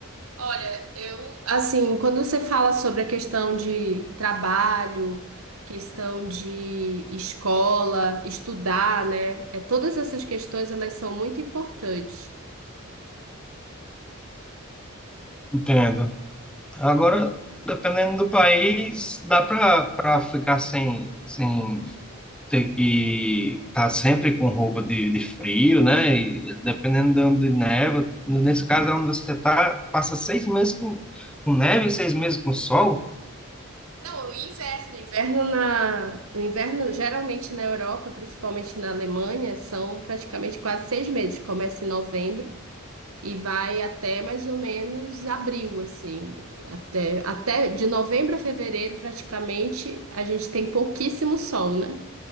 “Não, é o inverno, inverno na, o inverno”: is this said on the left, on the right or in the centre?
Right